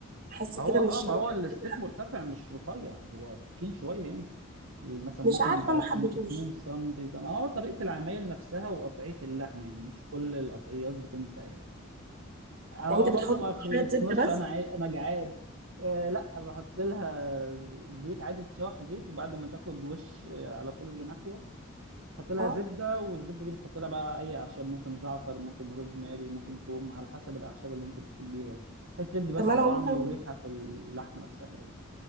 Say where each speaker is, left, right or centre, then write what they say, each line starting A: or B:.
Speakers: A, on the right; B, on the right.
A: احس
B: ما
A: كده
B: هو اه
A: من الشريحه
B: ما هو الستيك
A: بتاعتها.
B: مرتفع مش رفيع هو تخين شويه يعني مثلا
A: مش
B: ممكن
A: عارفه
B: يبقى
A: ما
B: اتن-
A: حبيتهوش
B: 2 سم ده ما هو طريقة العمايل نفسها وقطعية اللحم يعني مش كل القطعيات بتنفع يعني هو
A: يعني انت
B: برضو
A: بتحط
B: ما خلصناش
A: شويه زبده بس
B: انا عاي... انا جعان آه لا بحط لها زيت عادي تتشوح في زيت وبعد ما تاخد وش على كل ناحية حط لها
A: اه
B: زبدة والزبدة دي بتحط لها بقى اي اعشاب ممكن زعتر ممكن روزماري ممكن توم على حسب الاعشاب اللي انت بتحبيها يعني بحيث تدي بس
A: طب ما انا
B: طعم
A: ممكن
B: وريحة في اللحمة نفسها يعني.